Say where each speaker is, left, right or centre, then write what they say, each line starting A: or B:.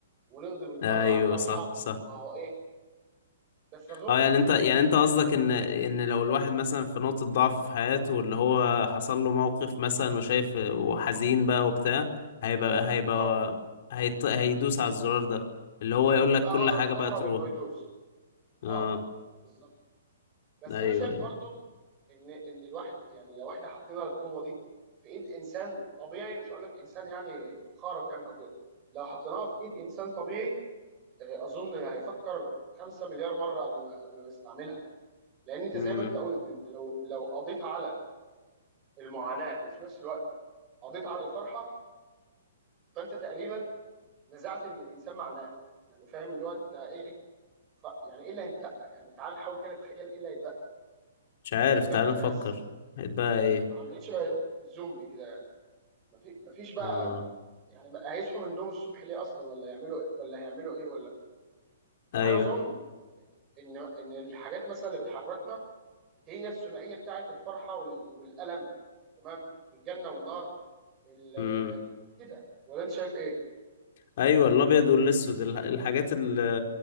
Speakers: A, on the right; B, on the left.
A: ونقضي بالمره
B: ايوه
A: على الفرحه
B: صح صح
A: واهو ايه بس اظن
B: اه يعني
A: اظن
B: انت يعني انت
A: ال-
B: قصدك ان ان لو الواحد مثلا في نقطة ضعف في حياته اللي هو حصل له موقف مثلا وشايف وحزين بقى وبتاع هيبقى هيبقى
A: اه
B: هيط... هيدوس على الزرار ده اللي هو يقول
A: هيبقى
B: لك كل
A: أقر-
B: حاجة بقى
A: اقرب
B: تروح
A: انه يدوس
B: اه
A: اه بالظبط بس
B: ايوه
A: انا شايف
B: ايوه
A: برضو ان ان الواحد ب- يعني لو احنا حطينا القوه دي في ايد انسان طبيعي مش هقول لك انسان يعني خارق يعني او كده لو حطيناها في ايد انسان طبيعي آه، اظن هيفكر 5 مليار مره قبل ما قبل ما يستعملها لان انت
B: امم
A: زي ما انت قلت انت لو لو قضيت على المعاناه وفي نفس الوقت قضيت على الفرحه فانت تقريبا نزعت من الانسان معناه يعني فاهم اللي هو انت ايه خ- يعني ايه اللي هيتبقى يعني تعال نحاول كده نتخيل ايه اللي هيتبقى
B: مش عارف
A: هيتبقى
B: تعال نفكر
A: ناس
B: هيتبقى ايه
A: عاملين شبه الزومبي كده يعني مفي- مفيش بقى
B: اه
A: يعني بقى هيصحوا من النوم الصبح ليه اصلا ولا يعملوا ايه ولا هيعملوا ايه ولا يعني
B: ايوه
A: انا اظن ان ان الحاجات مثلا اللي بتحركنا هي الثنائيه بتاعه الفرحه وال... والالم تمام الجنه والنار ال...
B: امم
A: كده ولا انت شايف ايه؟
B: ايوه الابيض والاسود الح- الحاجات ال